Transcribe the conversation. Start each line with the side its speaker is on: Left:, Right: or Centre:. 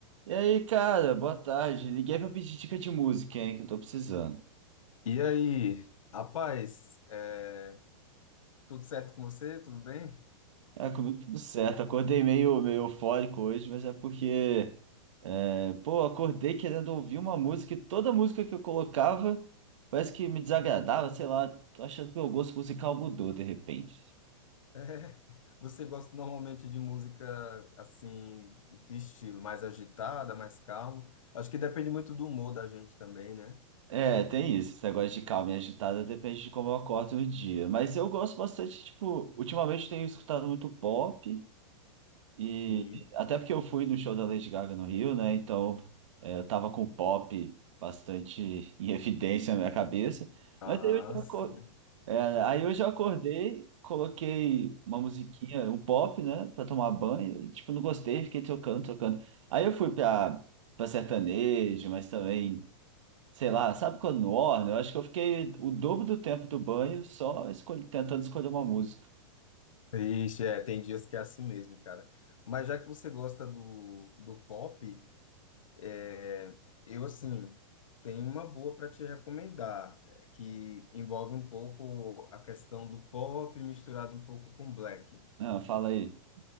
Right: E aí, cara, boa tarde. Liguei pra pedir dica de música, hein, que eu tô precisando.
Left: E aí, rapaz, é, tudo certo com você? Tudo bem?
Right: É, comigo tudo certo. Acordei meio, meio eufórico hoje, mas é porque, é, pô, acordei querendo ouvir uma música e toda música que eu colocava parece que me desagradava, sei lá. Tô achando que meu gosto musical mudou de repente.
Left: É, você gosta normalmente de música assim, que estilo? Mais agitada, mais calma? Acho que depende muito do humor da gente também, né?
Right: É, tem isso. Esse negócio de calma e agitada depende de como eu acordo no dia. Mas eu gosto bastante, tipo, ultimamente tenho escutado muito pop. E
Left: Sim.
Right: até porque eu fui no show da Lady Gaga no Rio, né? Então é, eu tava com o pop bastante <laughs> em evidência na minha cabeça.
Left: Ah,
Right: Mas aí eu já,
Left: sim.
Right: aco- é, aí eu já acordei, coloquei uma musiquinha, um pop, né? Pra tomar banho. E, tipo, não gostei, fiquei trocando, trocando. Aí eu fui pra, pra sertanejo, mas também, sei lá, sabe quando no orna? Eu acho que eu fiquei o dobro do tempo do banho só escolhe- tentando escolher uma música.
Left: Ixi, é, tem dias que é assim mesmo, cara. Mas já que você gosta do, do pop, É, eu, assim, tenho uma boa para te recomendar, é, que envolve um pouco a questão do pop misturado um pouco com black,
Right: Ah, fala aí.